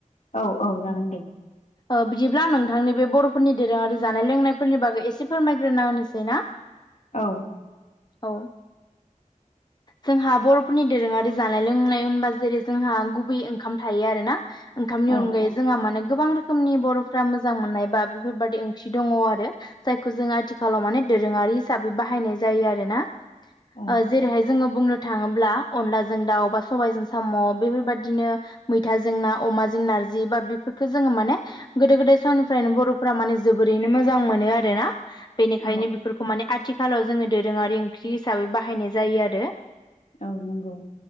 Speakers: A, on the left; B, on the left.
A: औ औ जागोन दे
B: ओ बिदिब्ला नोंथांनि बे बर'फोरनि दोरोङारि जानाय लोंनाय फोरनि बागै एसे फोरमायग्रोना होनोसै ना
A: औ
B: औ जोंहा बर'फोरनि दोरोङारि जानाय लोंनाय होनबा जेरै- जोंहा गुबैयै ओंखाम थायो आरो ना ओंखामनि
A: औ
B: अनगायै
A: औ
B: जोंहा माने गोबां रोखोमनि बर'फ्रा मोजां मोननाय बा बेफोरबादि ओंख्रि दङ आरो। जायखौ जों आथिखालाव माने दोरोङारि हिसाबै बाहायनाय जायो आरो ना
A: औ
B: ओ जेरैहाय जोङो बुंनो थाङोब्ला अनलाजों दाउ बा सबायजों साम' बेफोरबादिनो मैथाजों ना अमाजों नारजि बा बेफोरखौ जोंङो माने गोदो गोदाय समनिफ्रायनो बर'फ्रा माने जोबोरैनो मोजां मोनो आरोना बेनिखायनो
A: औ
B: बेफोरखौ माने आ थिखालाव जोङो दोरोङारि ओंख्रि हिसाबै बाहायनाय जायो आरो।
A: औ नंगौ